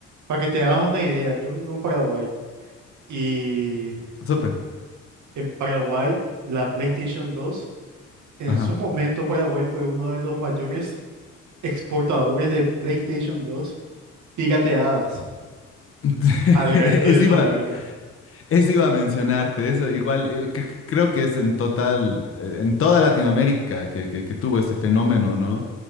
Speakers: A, on the right; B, on the left.
A: para que te hagas una idea, yo vivo en Paraguay y
B: Súper.
A: en Paraguay la PlayStation 2, en
B: Ajá.
A: su momento Paraguay fue uno de los mayores exportadores de PlayStation 2 pirateadas
B: <laughs>
A: al resto
B: Eso
A: de Sudamérica.
B: iba, eso iba a mencionarte, eso igual eh, cre- creo que es en total, eh, en toda Latinoamérica que, que que tuvo ese fenómeno, ¿no?